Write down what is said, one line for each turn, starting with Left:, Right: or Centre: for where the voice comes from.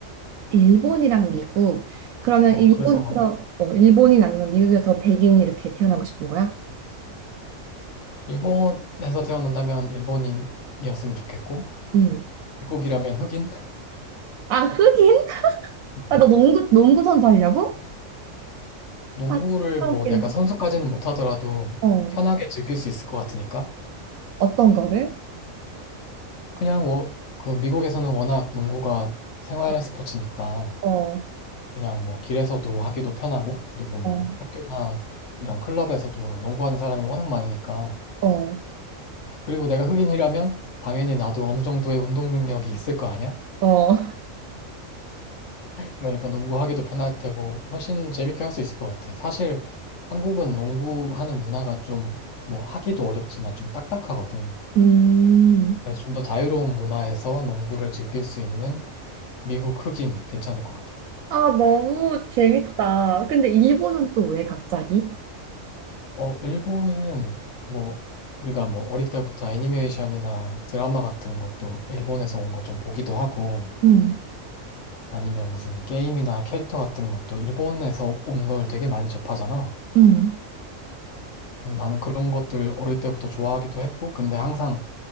Right: 일본이랑 미국. 그러면
Left: 어,
Right: 일본에서
Left: 그래서
Right: 어, 일본인 아니면 미국에서 백인 이렇게 태어나고 싶은 거야?
Left: 일본에서 태어난다면 일본인이었으면 좋겠고,
Right: 음.
Left: 미국이라면 흑인?
Right: 아, 흑인?
Left: 음.
Right: 아, 너 농구 농구 선수 하려고?
Left: 농구를
Right: 아, 진짜
Left: 뭐
Right: 웃긴다.
Left: 내가 선수까지는 못하더라도
Right: 어.
Left: 편하게 즐길 수 있을 것 같으니까.
Right: 어떤 거를?
Left: 그냥 워- 그 미국에서는 워낙 농구가 생활
Right: 어,
Left: 스포츠니까
Right: 어,
Left: 그냥 뭐 길에서도 하기도 편하고, 그리고 뭐
Right: 어,
Left: 학교나 이런 클럽에서도 농구하는 사람이 워낙 많으니까
Right: 어,
Left: 그리고 내가 흑인이라면 당연히 나도 어느 정도의 운동 능력이 있을 거 아니야?
Right: 어.
Left: 그러니까 농구하기도 편할 테고 훨씬 재밌게 할 수 있을 것 같아. 사실 한국은 농구하는 문화가 좀 뭐 하기도 어렵지만 좀 딱딱하거든.
Right: 음,
Left: 그래서 좀 더 자유로운 문화에서 농구를 즐길 수 있는 미국 흑인 괜찮을 것 같아.
Right: 아, 너무 재밌다. 근데 일본은 또 왜 갑자기?
Left: 어, 일본은 뭐 우리가 뭐 어릴 때부터 애니메이션이나 드라마 같은 것도 일본에서 온 거 좀 보기도 하고
Right: 음,
Left: 아니면 무슨 게임이나 캐릭터 같은 것도 일본에서 온 걸 되게 많이 접하잖아.
Right: 음,
Left: 음, 나는 그런 것들 어릴 때부터 좋아하기도 했고, 근데 항상